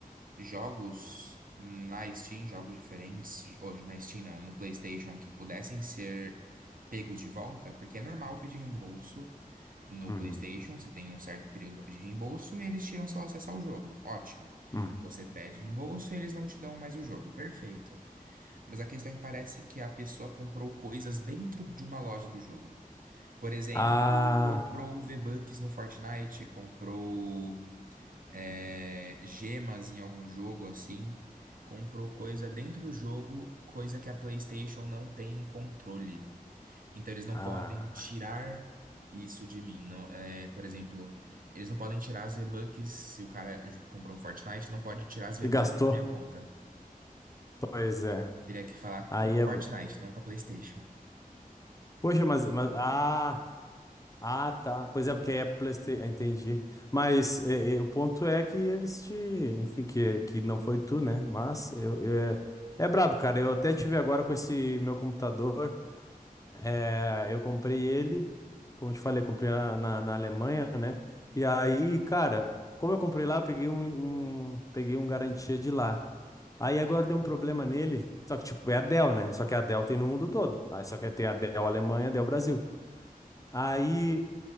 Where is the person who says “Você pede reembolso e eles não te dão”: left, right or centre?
Right